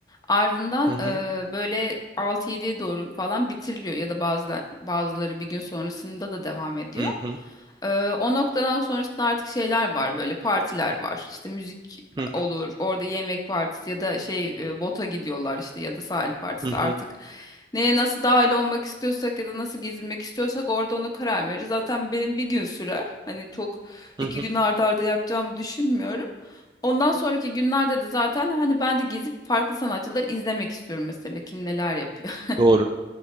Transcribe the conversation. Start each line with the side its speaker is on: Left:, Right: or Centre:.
Left: ardından
Right: hı hı,
Left: e, böyle altı yediye doğru falan bitiriliyor ya da bazı bazıları bir gün sonrasında da devam ediyor.
Right: hı hı,
Left: E, o noktadan sonrasında artık şeyler var böyle partiler var işte müzik
Right: hı hı,
Left: olur. Orada yemek partisi ya da şey e, bota gidiyorlar işte ya da sahil partisi
Right: hı
Left: artık.
Right: hı,
Left: Neye nasıl dahil olmak istiyorsak ya da nasıl gezinmek istiyorsak orada onu karar veririz. Zaten benim bir gün sürer. Hani çok iki
Right: hı hı.
Left: gün arda arda yapacağımı düşünmüyorum. Ondan sonraki günlerde de zaten hani ben de gezip farklı sanatçıları izlemek istiyorum mesela kim neler yapıyor.
Right: Doğru,